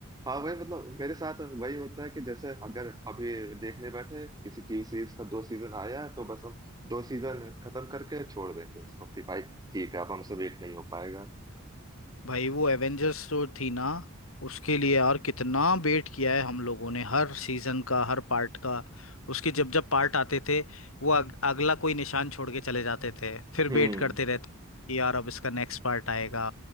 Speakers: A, on the right; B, on the left.
A: हाँ वही मतलब मेरे साथ वही होता है कि जैसे अगर अभी देखने बैठे किसी टीवी सीरीज का दो सीजन आया है, तो बस हम दो सीजन खत्म करके छोड़ देंगे उसको कि भाई ठीक है अब हमसे वेट नहीं हो पाएगा
B: भाई वो एवेंजर्स जो थी ना उसके लिए यार कितना वेट किया है हम लोगों ने हर सीजन का हर पार्ट का उसके जब जब पार्ट आते थे वो अग, अगला कोई निशान छोड़ के चले जाते थे फिर
A: हम्म
B: वेट करते रहते कि यार अब इसका नेक्स्ट पार्ट आएगा